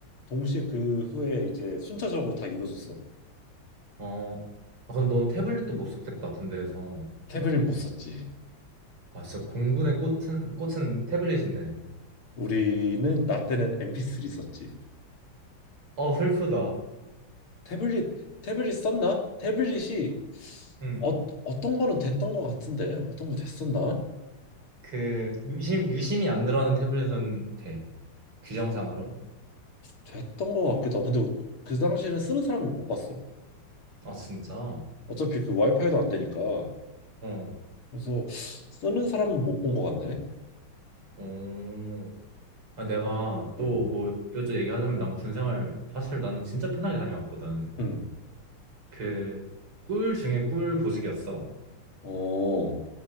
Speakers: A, on the left; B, on the right.
A: 동시에 그 후에 이제 순차적으로 다 이루어졌어.
B: 어, 아, 그럼 넌 태블릿도 못 썼겠다, 군대에서.
A: 태블릿 못 썼지.
B: 아, 진짜 공군의 꽃은, 꽃은 태블릿인데.
A: 우리는 나 때는 MP3 썼지.
B: 어, 슬프다.
A: 태블릿 태블릿 썼나? 태블릿이
B: 응.
A: 어, 어떤 거는 됐던 거 같은데 어떤 거 됐었나?
B: 그 유심 유심이 안 들어가는 태블릿은 돼. 규정상으론.
A: 됐던 거 같기도 하고 근데 그 당시에는 쓰는 사람을 못 봤어.
B: 아, 진짜?
A: 어차피 그 와이파이도 안 되니까
B: 어.
A: 그래서 쓰는 사람은 못 본 것 같네.
B: 어. 아, 내가 또
A: 응,
B: 뭐 이것저것 얘기하자면 난 군생활 사실 난 진짜 편하게 다녀왔거든.
A: 응,
B: 그 꿀 중에 꿀 보직이었어.
A: 어,